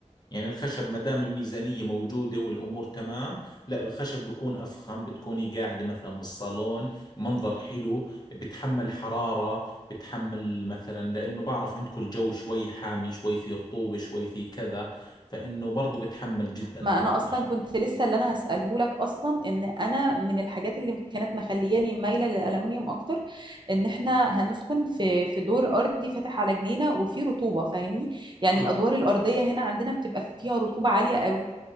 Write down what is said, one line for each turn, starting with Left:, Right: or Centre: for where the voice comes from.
Left: يعني الخشب ما دام الميزانية موجودة والأمور تمام لا الخشب بكون أفخم بتكوني قاعدة مثلا بالصالون منظر حلو بتحمل حرارة بتحمل مثلا لأنه بعرف عندكم الجو شوي حامي شوي في رطوبة شوي في كذا فإنه برضو بتحمل جدا
Right: ما
Left: هذا
Right: انا
Left: الإشي
Right: اصلا كنت لسه اللي انا هسأله لك اصلا ان انا من الحاجات اللي كانت مخلياني مايلة للألمنيوم اكتر ان احنا هنسكن في في دور ارضي فاتح على جنينة وفيه رطوبة فاهمني يعني
Left: اه
Right: الادوار الارضية هنا عندنا بتبقى فيها رطوبة عالية قوي